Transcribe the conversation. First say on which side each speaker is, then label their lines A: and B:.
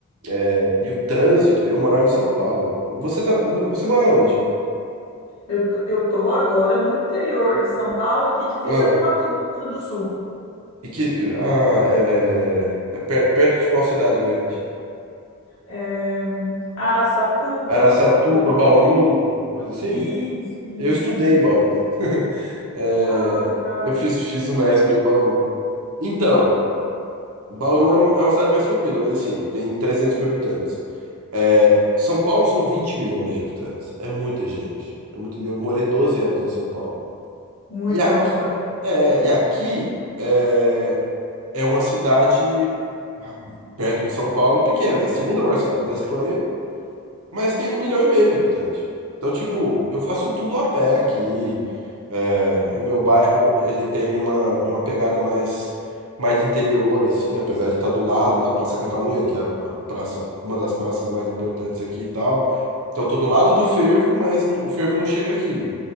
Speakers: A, on the right (about 80°); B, on the left (about 75°).
A: É, E o trânsito, eu morava em São Paulo. Você tá, você mora onde?
B: Eu, tô- eu tô agora no interior de São Paulo, aqui divisa
A: Ah,
B: com Mato Grosso do Sul.
A: e que, ah, é, é, é per- perto de qual cidade grande?
B: É, Araçatuba,
A: Araçatuba,
B: Pre-
A: Bauru, coisa assim?
B: isso, isso,
A: Eu estudei
B: isso.
A: em Bauru. É,
B: Ah, legal.
A: eu fiz, fiz Unesp em Bauru. Então, Bauru é, um- é uma cidade mais tranquila, mas assim, tem 300 mil habitantes. É, São Paulo são 20 milhões de habitantes. É muita gente. É muito... e Eu morei 12 anos em São Paulo.
B: Muita
A: E aqui,
B: loucura.
A: é, e aqui é, é uma cidade perto de São Paulo, pequena. É a segunda maior cidade da Espanha mas tem um milhão e meio de habitantes. Então, tipo, eu faço tudo a pé aqui. É, o meu bairro, ele tem uma, uma pegada mais, mais de interior, assim, apesar de estar do lado da Praça Catalunha, que é a, a praça, uma das praças mais importantes aqui e tal. Então, eu tô do lado do fervo, mas n- o fervo não chega aqui.